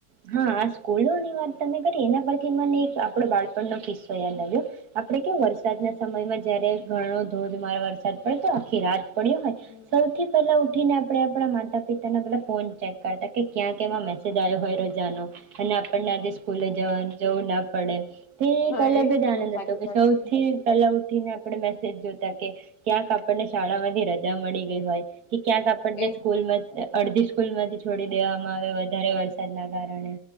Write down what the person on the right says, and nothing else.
હા આ સ્કૂલોની વાત તમે એના પરથી મને એક આપડો બાળપણ નો કિસ્સો યાદ આવ્યો. આપણે કે વરસાદના સમયમાં જ્યારે ઘણો ધોધમાર વરસાદ પડતો આખી રાત પડ્યું હોય,
સૌથી પહેલા ઉને આપણે આપણા માતા પિતાના પેલા ફોન ચેક કરતા કે ક્યાં કેવા મેસેજ આવ્યો હોય રોજ જાનો. અને આપણને આધ સ્કૂલે જ જ ના પડે. તો એ
અલગ
જ આનંદ
હતો કે
સૌથી
પેલા ઉઠીને આપ મેસેજ જોતા કે, ક્યાંક આપણને શાળામાંથી રજા મળી ગઈ હોય. કે ક્યાંક આપણને
સ્કૂલ માં જ અડધી સ્કૂલ માંથી છોડી દેવામાં આવે વધારે વરસાદ ના કારણે.